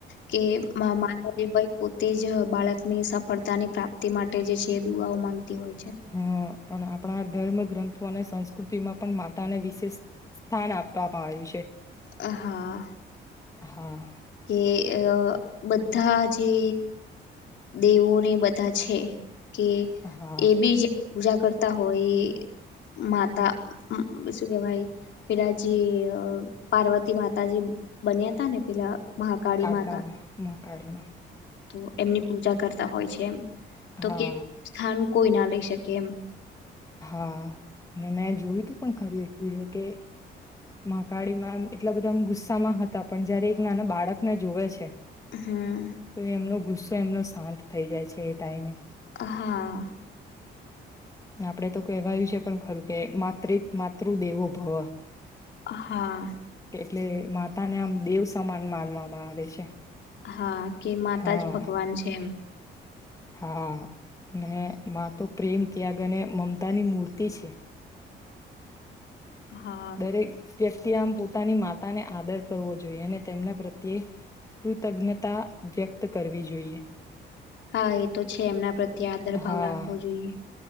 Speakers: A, on the left (about 70°); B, on the left (about 15°).
A: કે માતા ભ પોતે જ બાળકની સફળતાની પ્રાપ્તિ માટે જે છે દુઆઓ માંગતા હોય છે
B: હા અને આપણા ધર્મ ગ્રંથો અને સંસ્કૃતિમાં પણ માતાને વિશેષ સ્થાન આપવામાં આવ્યું છે
A: હ હા
B: હા
A: કે અ બધ બધા જે દેવોને બધા છે કે
B: હા
A: એ બીજ પૂજા કરતા હોય માતા શું કેવાય પેલા જે પાર્વતી માતાજી બન્યા હતા ને પેલા મહાકાળી
B: કાળકામાં
A: માતા
B: મા કાળીમાં
A: તો એમની પૂજા કરતા હોય છે એમ તો
B: હા
A: કે સ્થાન કોઈ ના લઈ શકે એમ
B: હા અને મેં જોયું તું પણ ખરું એક વિડીયો કે મહકાળીમાં એટલા બધામ ગુસ્સામાં હતા પણ જયારે એક નાના બાળકને જોવે છે.
A: હમ
B: તો એમનો ગુસ તો એમનો શાંત થઇ જાય છે એ ટાઈમે
A: હા
B: છા આપડે તો કહેવાયું છે પણ ખરું કે માત્રે માતૃદેવો ભવ
A: હા
B: એટલે માતા ને આમ દેવ સમાન માનવામાં આવે છે.
A: હા કે માતા
B: હા
A: જ ભગવાન છે એમ
B: હા ને માતો પ્રેમ ત્યાગ અને મમતાની મૂર્તિ છે.
A: હા
B: દરેક વ્યક્તિ આમ પોતાની માતાને આદર કરવો જોઈએ અને તેમના પ્રત્યે કૃતજ્ઞતા વ્યક્ત કરવી જોઈએ.
A: હા એ તો છે એમના પ્રત્યે આદર ભાવ
B: હા
A: રાખવો જોઈએ.